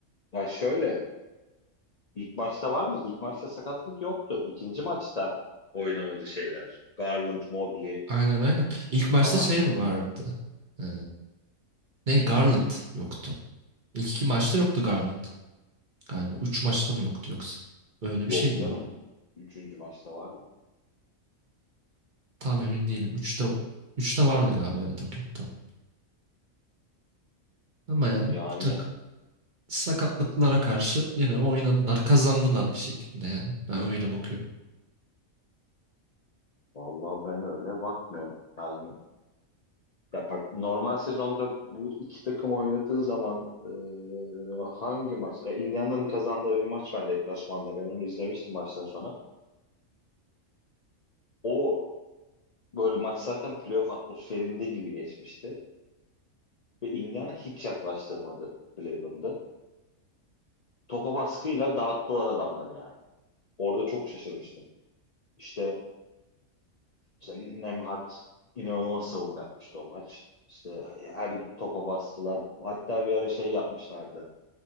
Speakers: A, on the left (about 45°); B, on the right (about 40°).
A: Ya şöyle ilk maçta var mı? İlk maçta sakatlık yoktu. İkinci maçta oynamadı şeyler. Garland, Mobley
B: Aynen aynen. İlk maçta
A: falan.
B: şey vardı. Ee, ne Garland yoktu. İlk iki maçta yoktu Garland galiba. Üç maçta mı yoktu yoksa? Öyle
A: Yok
B: bir şeydi
A: canım.
B: yani.
A: Üçüncü maçta vardı.
B: Tam emin değilim. Üçte, üçte vardı galiba evet okey tamam. Ama yani
A: Yani
B: bu takım sakatlıklara karşı yine oynadılar kazandılar bir şekilde yani. Ben öyle bakıyorum.
A: vallahi ben öyle bakmıyorum. Yani Ya bak normal sezonda bu iki takım oynadığı zaman e, hangi maç? Ya Indiana'nın kazandığı bir maç var deplasmanda. Ben onu izlemiştim baştan sona. O böyle maç zaten playoff atmosferinde gibi geçmişti. Ve Indiana hiç yaklaştırmadı Cleveland'ı. Topa baskıyla dağıttılar adamları yani. Orada çok şaşırmıştım. İşte, işte Nembhard inanılmaz savunma yapmıştı o maç. İşte her topa bastılar. Hatta bir ara şey yapmışlardı.